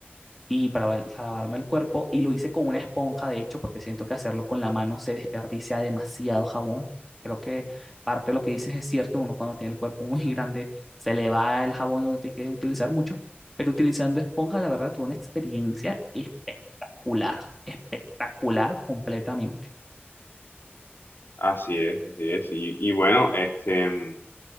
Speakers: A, in the centre; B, on the left.
A: y para, val- lavarme el cuerpo y lo hice con una esponja, de hecho, porque siento que hacerlo con la mano se desperdicia demasiado jabón. Creo que parte de lo que dices es cierto, uno cuando tiene el cuerpo muy <laughs> grande se le va el jabón y uno tiene que utilizar mucho, pero utilizando esponja, la verdad, tuve una experiencia espectacular, espectacular completamente.
B: así es, así es. Y, y bueno, este, mm,